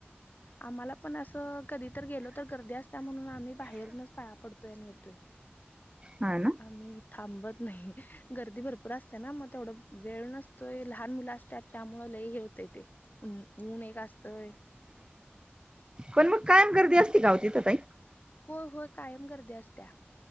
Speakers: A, on the left (about 45°); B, on the right (about 20°).
A: आम्हाला पण असं कधी तर गेलो तर गर्दी असता म्हणून मी बाहेरूनच पया पडतोय आणि येतोय.
B: हा न.
A: आम्ही थांबत नाही गर्दी भरपूर असत्या ना म तेवढं वेळ नसतोय लहान मुलं असत्यात. त्यामुळ लय हे होतय ते, अन ऊन एक असतंय.
B: पण मग कायम गर्दी असती का ओ तिथं ताई?
A: होय होय कायम गर्दी असत्या,